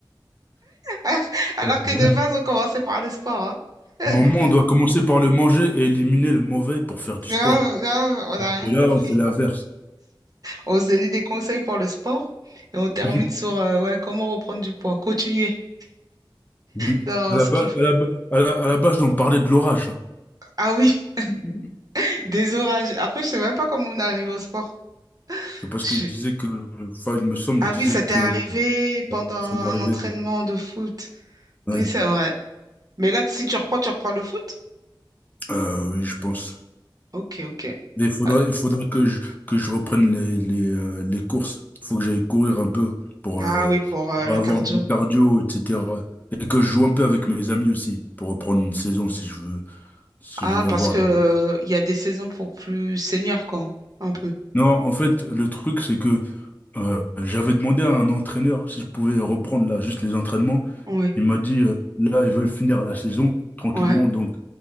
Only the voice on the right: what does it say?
<laughs> Alors
que
de base, on commençait par le sport. hein.
<laughs>
Grave,
grave, on n'a
rien
compris.
On se donnait des conseils pour le sport et on termine
sur euh, ouais, comment reprendre du poids. Continuer
dans
ce
qui...
Ah oui,
<laughs> des orages. Après, je sais même pas comment on est arrivé au sport.
Je-
Ah
oui, ça
t'est arrivé pendant un
entraînement de foot.
Oui, c'est vrai. Mais là, si tu reprends, tu reprends le foot?
Ok, ok.
Ah
ah
oui, pour euh,
le
cardio.
Ah,
parce
que
euh,
il y a des saisons pour plus seniors, quand, un peu.
Oui,
ouais.